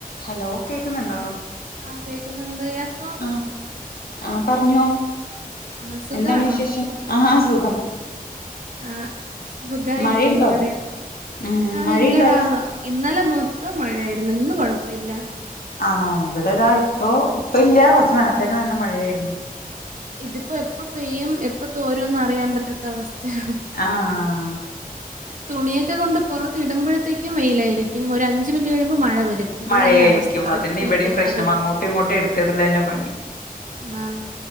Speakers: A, on the left (about 75°); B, on the right (about 55°).
A: Hello കേക്കുന്നുണ്ടോ
B: ആഹ് കേൾക്കുന്നുണ്ട് ഇയാക്കോ
A: ആഹ് പറഞ്ഞോ
B: ആഹ് സുഖാണോ
A: എന്താണ് വിശേഷം ആഹ് സുഖം
B: ആഹ് സ് സുഖായിരിക്കുന്നു
A: മഴയുണ്ടോ
B: ഇവിടെ
A: ഉം
B: ആഹ്
A: മഴയുണ്ടോ
B: ഇല്ലടാ
A: അവിടെ
B: ഇന്നലെ മൊത്തം മഴയായിരുന്നു ഇന്ന് കൊഴപ്പ ഇല്ല
A: ആണോ ഇവിടെതാ ഇപ്പൊ ഇപ്പ ഇല്ല കുറച്ചു നേരത്തേക്കെ നല്ല മഴയായിരുന്നു
B: ഇതിപ്പോ എപ്പ പെയ്യും എപ്പ തോരുംന്ന് അറിയാൻ പറ്റാത്ത അവസ്ഥയാണ്
A: ആഹ്
B: തുണിയൊക്കെ കൊണ്ട് പുറത്ത് ഇടുമ്പഴത്തേക്കും വെയിലായിരിക്കും ഒരു അഞ്ച് മിനിറ്റ് കഴിയുമ്പം മഴ വരും ഇത്
A: മഴയായിരിക്കും
B: തന്നെ അവസ്ഥ
A: അതന്നെ
B: റിപ്പീറ്റ്
A: ഇവിടെയും പ്രശ്നം
B: അക
A: അങ്ങോട്ടും ഇങ്ങോട്ടും എടുത്തിടലന്നെ പണി
B: ആഹ്